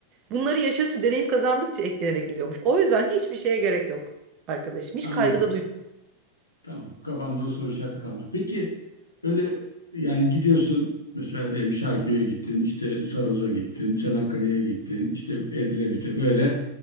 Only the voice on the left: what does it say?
Anladım.
Tamam. Kafamda o soru işareti kaldı. Peki Böyle yani gidiyorsun mesela diyelim Şarköy'e gittin, işte Sarız'a gittin, Çanakkale'ye gittin, işte Edremit'e böyle